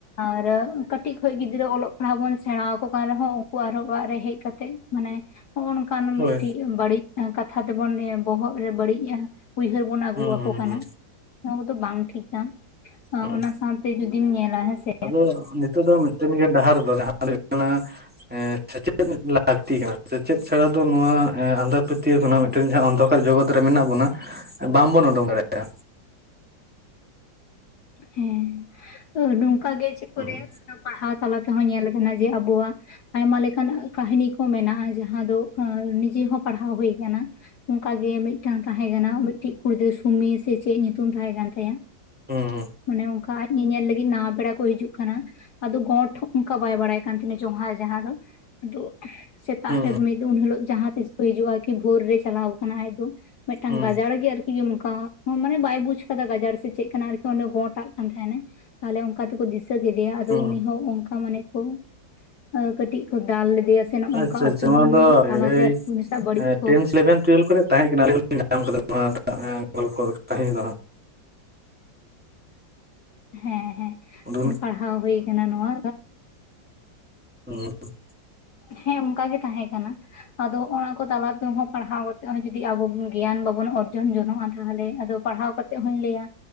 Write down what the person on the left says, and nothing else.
ᱟᱨ ᱠᱟᱹᱴᱤᱡ ᱠᱷᱚᱱ ᱜᱤᱫᱽᱨᱟᱹ ᱚᱞᱚᱜ ᱯᱟᱲᱦᱟᱜ ᱵᱚᱱ ᱥᱮᱬᱟ ᱟᱠᱠᱚ ᱠᱟᱱ ᱨᱮᱦᱚᱸ ᱩᱱᱠᱩ ᱟᱨᱦᱚᱸ ᱚᱲᱟᱜ ᱨᱮ ᱦᱮᱡ ᱠᱟᱛᱮᱜ ᱢᱟᱱᱮ ᱱᱚᱜ ᱱᱚᱝᱠᱟᱱ
ᱢᱤᱫᱴᱤᱡ ᱵᱟᱹᱲᱤᱡ ᱠᱟᱛᱷᱟ ᱛᱮᱵᱚᱱ ᱵᱚᱦᱚᱜ ᱨᱮ ᱵᱟᱹᱲᱤᱡᱼᱟ ᱩᱭᱦᱟᱹᱨ ᱵᱚᱱ ᱟᱹᱜᱩ
ᱟᱠᱚ
ᱠᱟᱱᱟ
ᱱᱚᱣᱟ ᱠᱚᱫᱚ ᱵᱟᱝ ᱴᱷᱤᱠᱟ
ᱚᱱᱟ ᱥᱟᱶᱛᱮ ᱡᱩᱚᱫᱤᱢ ᱧᱮᱞᱟ ᱦᱮᱸᱥᱮ
ᱦᱮᱸ ᱱᱚᱝᱠᱟ ᱜᱮ ᱪᱮᱫ ᱠᱚ
ᱨᱮᱭᱟᱜ ᱯᱟᱲᱦᱟᱣ ᱛᱟᱞᱟ ᱛᱮᱦᱚᱸ ᱧᱮᱞ ᱠᱟᱱᱟ ᱡᱮ ᱟᱵᱚᱣᱟᱜ ᱟᱭᱢᱟ ᱞᱮᱠᱟᱱ ᱠᱟᱹᱦᱱᱤ ᱠᱚ ᱢᱮᱱᱟᱜᱼᱟ ᱡᱟᱦᱟᱸ ᱫᱚ ᱱᱤᱡᱮ ᱦᱚᱸ ᱯᱟᱲᱦᱟᱣ ᱦᱩᱭ ᱟᱠᱟᱱᱟ ᱚᱱᱠᱟ ᱜᱮ ᱢᱤᱫᱴᱟᱝ ᱛᱟᱦᱮᱸ ᱠᱟᱱᱟᱟᱱᱟ ᱢᱤᱫᱴᱮᱱ ᱠᱩᱲᱤ ᱜᱤᱫᱽᱨᱟᱹ ᱥᱩᱢᱤ ᱥᱮ ᱪᱮᱫ ᱧᱩᱛᱩᱢ ᱛᱟᱦᱮᱸ ᱠᱟᱱ ᱛᱟᱭᱟ
ᱢᱟᱱᱮ ᱚᱱᱠᱟ ᱟᱡ ᱧᱮᱧᱮᱞ ᱞᱟᱹᱜᱤᱫ ᱱᱟᱣᱟ ᱯᱮᱲᱟ ᱠᱚ ᱦᱤᱡᱩᱜ ᱠᱟᱱᱟ᱾ ᱟᱫᱚ ᱜᱚᱸᱰ ᱚᱱᱠᱟ ᱵᱟᱭ ᱵᱟᱲᱟᱭ ᱠᱟᱱ ᱛᱟᱦᱮᱸ ᱡᱚᱦᱟ ᱡᱟᱦᱟᱸ ᱫᱚ ᱟᱫᱚ᱾ ᱥᱮᱛᱟᱜ
ᱨᱮ ᱢᱤᱫ ᱫᱤᱱ ᱩᱱ ᱦᱤᱞᱳᱜ ᱡᱟᱦᱟᱸ ᱛᱤᱥ ᱠᱚ ᱦᱤᱡᱩᱜᱼᱟ ᱠᱤ ᱵᱷᱳᱨ ᱨᱮ ᱪᱟᱞᱟᱣ ᱠᱟᱱᱟ ᱟᱡ ᱫᱚ᱾ ᱢᱤᱫᱴᱟᱝ
ᱜᱟᱡᱟᱲ ᱜᱮ ᱟᱨᱠᱤ ᱚᱱᱠᱟ ᱢᱟᱱᱮ ᱵᱟᱭ ᱵᱩᱡ ᱟᱠᱟᱫᱟ ᱜᱟᱡᱟᱲ ᱥᱮ ᱪᱮᱫ ᱠᱟᱱᱟ ᱟᱨᱠᱤ? ᱚᱸᱰᱮ ᱜᱚᱴᱟᱜ ᱠᱟᱱ ᱛᱟᱦᱮᱱᱟᱭ, ᱛᱟᱦᱞᱮ ᱚᱱᱠᱟ ᱛᱮᱠᱚ ᱫᱤᱥᱟᱹ ᱠᱮᱫᱮᱭᱟ᱾ ᱟᱫᱚ
ᱩᱱᱤ ᱦᱚᱸ ᱚᱱᱠᱟ ᱢᱟᱱᱮ ᱠᱚ ᱟᱫᱚ ᱠᱟᱹᱴᱤᱡ ᱞᱮᱫᱮᱭᱟ ᱥᱮ ᱱᱚᱜ ᱱᱚᱝᱠᱟ
ᱚᱯᱚᱢᱟᱱ
ᱛᱟᱞᱟᱛᱮ
ᱟᱨᱠᱤ ᱩᱱᱤ ᱥᱟᱶ ᱵᱟᱹᱲᱤᱡ ᱠᱚ
ᱦᱮᱸ
ᱦᱮᱸ ᱯᱟᱲᱦᱟᱣ ᱦᱩᱭ ᱟᱠᱟᱱᱟ ᱱᱚᱣᱟ᱾
ᱦᱮᱸ ᱚᱱᱠᱟ ᱜᱮ ᱛᱟᱦᱮᱸ ᱠᱟᱱᱟ᱾ ᱟᱫᱚ ᱚᱱᱟ ᱠᱚ ᱛᱟᱞᱟ ᱛᱮᱦᱚᱸ ᱯᱟᱲᱦᱟᱣ ᱠᱟᱛᱮᱜ ᱦᱚᱸ ᱡᱚᱫᱤ ᱟᱵᱚ ᱜᱮᱭᱟᱱ ᱵᱟᱵᱚᱱ ᱚᱨᱡᱚᱱ ᱡᱚᱱᱚᱜᱼᱟ᱾ ᱛᱟᱦᱚᱞᱮ ᱟᱫᱚ ᱯᱟᱲᱦᱟᱣ ᱠᱟᱛᱮ ᱦᱚᱧ ᱞᱟᱹᱭᱟ